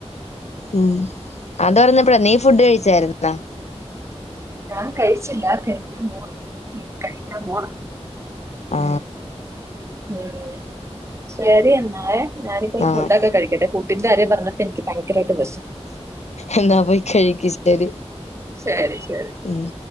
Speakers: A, on the left (about 85°); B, on the right (about 25°).
A: ഉം അത് പറഞ്ഞപ്പഴാ നീ ഫുഡ് കഴിച്ചായിരുന്നോ
B: ഞാൻ കഴിച്ചില്ല കഴിക്കാൻ പോണ് ഉം കഴിക്കാൻ പോണ്
A: ആ
B: ഉം ശെരി എന്നാലെ ഞാനിപ്പോ
A: ആഹ്
B: ഫുഡൊക്കെ കഴിക്കട്ടെ ഫു ഡിന്റെ കാര്യം പറഞ്ഞപ്പ എനിക്ക് ഭയങ്കരായിട്ട് വെശ്
A: എന്നാ പൊയ് കഴിക്ക് ശെരി
B: ശരി ശരി
A: ഉം